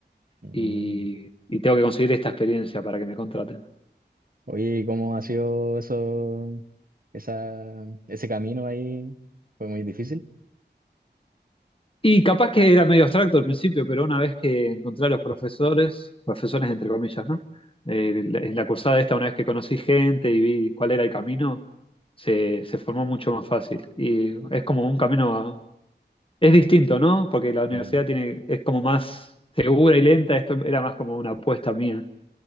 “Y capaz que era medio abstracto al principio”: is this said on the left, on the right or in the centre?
Left